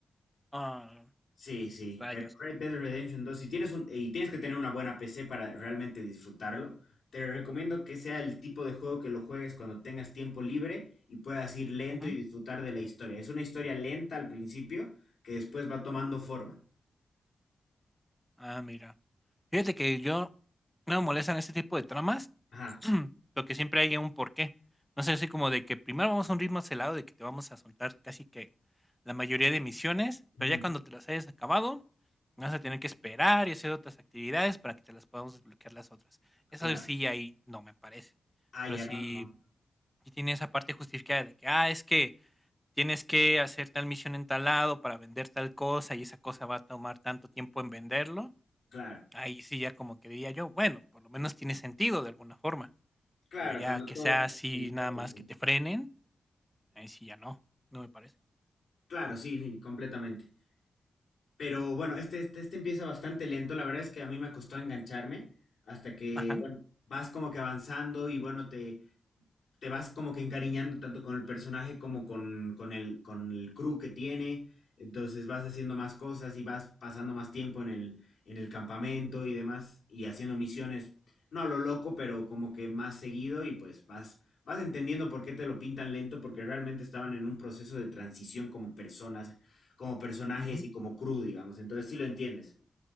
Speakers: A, in the centre; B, on the left (about 80°).
A: Ah,
B: Sí, sí,
A: rayos.
B: pero Red Dead Redemption 2, si tienes un, y tienes que tener una buena PC para realmente disfrutarlo, te recomiendo que sea el tipo de juego que lo juegues cuando tengas tiempo libre y puedas ir lento
A: Ujú.
B: y disfrutar de la historia. Es una historia lenta al principio que después va tomando forma.
A: Ah, mira. Fíjate que yo no me molestan ese tipo de tramas,
B: Ajá,
A: <clears throat> lo que siempre hay un porqué. No sé, así como de que primero vamos a un ritmo acelerado de que te vamos a soltar casi que la mayoría de misiones,
B: ujú,
A: pero ya cuando te las hayas acabado, vas a tener que esperar y hacer otras actividades para que te las podamos desbloquear las otras. Eso
B: claro.
A: sí, ahí no me parece.
B: Ah, ya,
A: Pero sí
B: no, no, no.
A: y tiene esa parte justificada de que, ah, es que tienes que hacer tal misión en tal lado para vender tal cosa y esa cosa va a tomar tanto tiempo en venderlo,
B: Claro,
A: ahí sí ya como que diría yo, bueno, por lo menos tiene sentido de alguna forma,
B: claro,
A: pero ya
B: cuando
A: que
B: todo
A: sea
B: tenga
A: así
B: sentido,
A: nada
B: pues
A: más
B: sí.
A: que te frenen, ahí sí ya no, no me parece.
B: Claro, sí, sí, completamente. Pero bueno, este, este, este empieza bastante lento. La verdad es que a mí me costó engancharme hasta que,
A: Ajá.
B: bueno, vas como que avanzando y bueno, te, te vas como que encariñando tanto con el personaje como con, con el, con el crew que tiene. Entonces vas haciendo más cosas y vas pasando más tiempo en el, en el campamento y demás, y haciendo misiones, no a lo loco, pero como que más seguido y pues vas, vas entendiendo por qué te lo pintan lento, porque realmente estaban
A: ujú,
B: en un proceso de transición como personas, como personajes
A: ujú.
B: y como crew, digamos. Entonces sí lo entiendes.